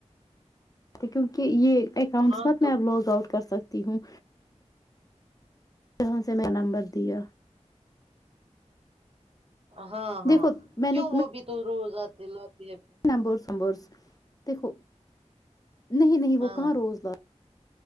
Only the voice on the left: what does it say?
تو کیونکہ یہ اکاؤنٹس
مت
میں اب لوگ آؤٹ کر سکتی ہوں کہاں سے میں نمبر دیا
دیکھو میں
نے
نبرمبرس دیکھو نہیں نہیں وہ
کہاں روز بات ج